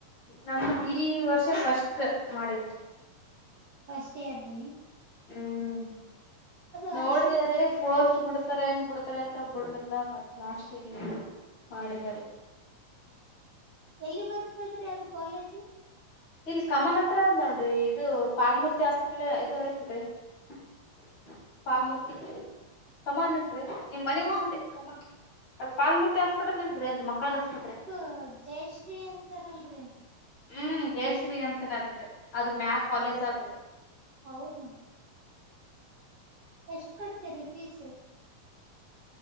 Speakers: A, on the left; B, on the right.
A: ನಮ್ಮದ ಈ ವರ್ಷ ಫಸ್ಟ್ ಮಾಡಿತ್ತಿ. <inaudible>
B: ಫಸ್ಟ್ ಇಯರ್ ರೀ. <inaudible>
A: ಹ್ಮ್
B: ಅದು
A: ನೋಡಿದರೆ
B: ಅಶ
A: ಪೋಸ್ಟ್ ಬಿಡ್ <inaudible> ಬಿಡ್ತಾರೆ ಏನ್ ಬಿಡ್ತಾರೆ ಅಂತ ಬಿಡಲಿಲ್ಲ ಮತ್ತ ಲಾಸ್ಟ್ ಗೇ ಏನ್ ಮಾಡಿದರೆ. <inaudible>
B: ಎಲ್ಲಿ ಬರ್ತದ್ರಿ ಅದು ಕಾಲೇಜ್? <inaudible>
A: ಇಲ್ಲಿ ಕಮನ್ ಹತ್ತರ ನೋಡ್ ಇದು ಪಾಲ್ಮೂರ್ತಿ ಹಾಸ್ಪಿಟಲ್ ಇದೆ ಇಲ್ಲರಿ. <inaudible> ಪಾಲ್ಮೂರ್ತಿ
B: ಹಾ
A: ಕಮಾನ ಅಲ್ಲರಿ ನಿಮ್ಮ ಮನೆಗ್
B: ಹಾ
A: ಹೋಗುತ್ತೆ ಕಮಾನ್ <inaudible> ಅಲ್ಲಿ ಪಾಲ್ಮೂರ್ತಿ ಹಾಸ್ಪಿಟಲ್ ಇಲ್ಲರಿ ಅಲ್ಲಿ ಮಕ್ಕಳದ ಆಸ್ಪತ್ರೆ. <inaudible>
B: ಇದು ಜಯಶ್ರೀ ಅಂತಾರ ಅಲ್ಲರಿ. <inaudible>
A: ಹೂ ಜಯಶ್ರೀ ಅಂತನ ಅದ ರಿ ಅದರ ಮೇಲೆ ಕಾಲೇಜ್ ಅದ ರಿ. <inaudible>
B: ಹೌದಾ ಎಷ್ಟ್ ಕಡ್ತಿರಿ ಫೀಸ್? <inaudible>